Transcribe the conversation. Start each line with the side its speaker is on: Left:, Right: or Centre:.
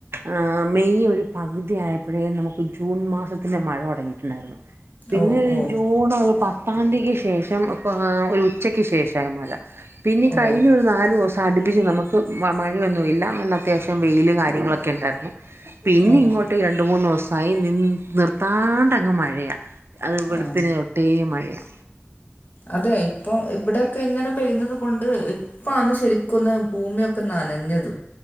Right: ആഹ് മെയ് ഒരു പകുതിയായപ്പോഴേ നമുക്ക് ജൂൺ മാസത്തിൻ്റെ മഴ തൊടങ്ങിട്ട്ണ്ടായി പിന്നെര്
Left: ഓ ഓ
Right: ജൂണൊരു പത്താന്തിക്ക് ശേഷം ഇപ്പാ ഒരു. ച്ചക്ക് ശേഷായി മല പിന്നീ
Left: ഓ
Right: കയിഞ്ഞൊരു നാലൂസ അടുപ്പിച്ച് നമുക്ക്. മ മഴയൊന്നു ഇല്ല ന്നല്ല അത്യാവശ്യം വെയില് കാര്യങ്ങളൊക്കെ ണ്ടായിര്ന്നു. പിന്നെ
Left: ഓ
Right: ഇങ്ങോട്ട് രണ്ട് മൂന്നൂസായി നി നിർത്താണ്ടങ്ങ് മഴെയാ അത് വെള്പ്പിന്
Left: ആ
Right: തൊട്ടേ മഴെയാ
Left: അതെ ഇപ്പം ഇവ്ടെ ക്കെ ഇങ്ങെനെ പെയ്യ്ന്നത് കൊണ്ട് ഇപ്പാന്ന് ശരിക്കാെന്ന് ഭൂമിയൊക്കെ നനഞ്ഞത്